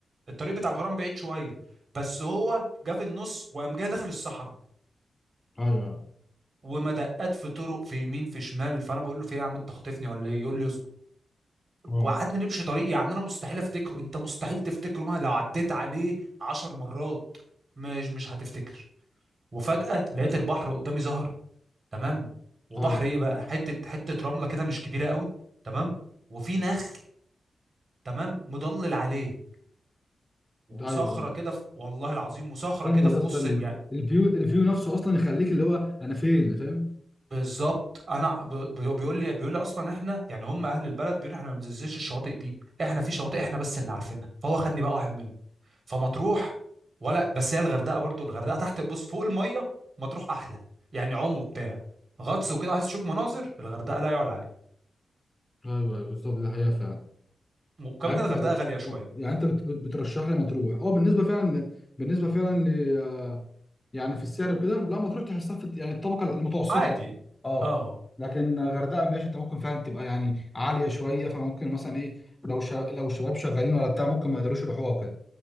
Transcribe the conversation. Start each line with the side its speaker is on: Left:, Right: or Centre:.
Right: الطريق بتاع الغرام بعيد شويه بس هو جه في النص وقام جه داخل الصحراء
Left: ايوه
Right: ومدقات في طرق في يمين في شمال فانا بقول له في ايه يا عم انت خاطفني ولا ايه يقول لي اصبر
Left: اه
Right: وقعدنا نمشي طريق يعني انا مستحيل افتكره انت مستحيل تفتكره مهما لو عديت عليه عشر مرات مش مش هتفتكر وفجأة لقيت البحر قدامي ظهر تمام وبحر
Left: ايوه
Right: ايه بقى حتة حتة رملة كده مش كبيرة قوي تمام وفي نخل تمام مضلل عليه وصخرة
Left: ايوه
Right: كده في... والله العظيم وصخرة
Left: جامد
Right: كده
Left: يا
Right: في
Left: اسطى
Right: نص يعني
Left: الفيو الفيو نفسه اصلا يخليك اللي هو انا فين فاهم
Right: بالظبط انا ب... بي- بيقول لي بيقول لي اصلا احنا يعني هم اهل البلد بيقول لي احنا ما بننزلش الشواطئ دي احنا في شواطئ احنا بس اللي عارفينها فهو خدني بقى واحد منهم فمطروح ولا بس هي الغردقة برضو الغردقة تحت بص فوق المية مطروح احلى يعني عم وبتاع غطس وكده عايز تشوف مناظر الغردقة لا يعلى عليها
Left: ايوه ايوه بالظبط ده حقيقه فعلا
Right: وكمان
Left: يعني
Right: الغردقه
Left: انت
Right: غاليه شويه
Left: يعني انت بت- بت- بترشح لي مطروح اه بالنسبه فعلا ل- بالنسبه فعلا ل يعني في السعر وكده لا مطروح تحسها في يعني الطبقه المتوسطه
Right: عادي
Left: اه
Right: اه
Left: لكن غردقه ماشي انت ممكن فعلا تبقى يعني عاليه شويه فممكن مثلا ايه لو شا... لو شباب شغالين ولا بتاع ممكن ما يقدروش يروحوها وكده